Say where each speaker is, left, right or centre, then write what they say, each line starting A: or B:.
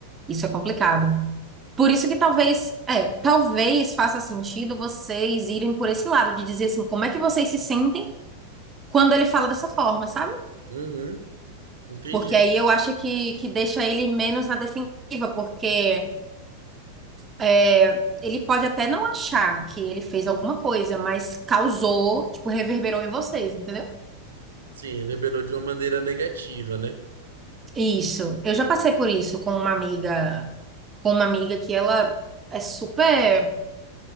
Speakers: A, on the right; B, on the right.
A: Isso é complicado. Por isso que talvez, é, talvez faça sentido vocês irem por esse lado, de dizer assim, como é que vocês se sentem quando ele fala dessa forma, sabe?
B: Uhum, entendi.
A: Porque aí eu acho que, que deixa ele menos na defensiva, porque é, ele pode até não achar que ele fez alguma coisa, mas causou, tipo, reverberou em vocês, entendeu?
B: Sim, reverberou de uma maneira negativa, né?
A: Isso. Eu já passei por isso com uma amiga, com uma amiga que ela é super,